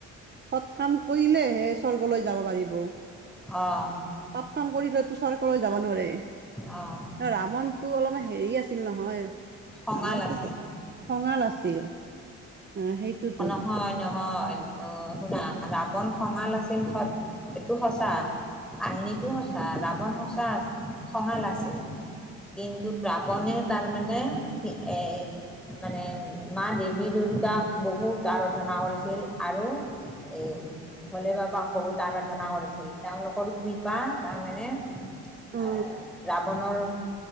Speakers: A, on the right; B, in the centre.
A: সৎ কাম কৰিলেহে স্বৰ্গলৈ যাব পাৰিব।
B: অ'।
A: পাপ কাম কৰিলেতো স্বৰ্গলৈ যাব নোৱাৰে।
B: অ'।
A: ৰাৱণটো অলপমান হেৰি আছিল নহয়!
B: খঙাল
A: ৰাৱণটোতো
B: আছে
A: খঙাল আছিল। আহ সেইটোতো
B: অ' নহয় নহয়। অ' শুনা, ৰাৱন খঙাল আছিল হয়, এইটো সঁচা। কাহিনীটো সঁচা, ৰাৱণ সঁচা খঙাল আছিল, কিন্তু ৰাৱণে তাৰমানে, এ মানে মা দেৱীৰ। দুৰ্গাক বহুত আৰাধনা কৰিছিল আৰু, এই ভোলে বাবাক বহুত আৰাধনা কৰিছিল, তেওঁলোকৰ কৃপা তাৰমানে
A: অ অ অ অ
B: এ ৰাৱণৰ